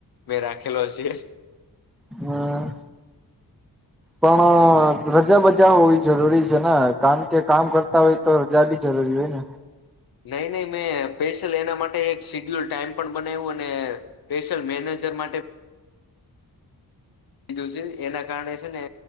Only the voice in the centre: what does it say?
હમમ.
પણ રજા બજા હોવી જરૂરી છે ને કારણ કે કામ કરતા હોય તો રજા બી જરૂરી હોય ને.